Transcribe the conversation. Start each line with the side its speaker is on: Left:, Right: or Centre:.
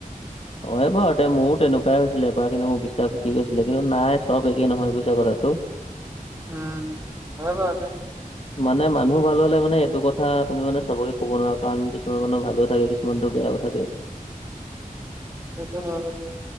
Left: অ এই বাৰ তে মোৰো তেনেকুৱাই হৈছিলে এবাৰ কিন্তু মোৰ বিশ্বাস উঠি গৈছিলে কিন্তু নাই চব একেই নহয় বুজিছা কথাটো,
Right: উম হয় বাৰু দে।
Left: মানে মানুহ ভাল হ'লে মানে এইটো কথা তুমি মানে চবকে ক'ব নোৱাৰা কাৰণ কিছুমান মানুহ ভালো থাকে কিছু, কিছু মানটো বেয়াও থাকে।
Right: সেইটো হয় বাৰু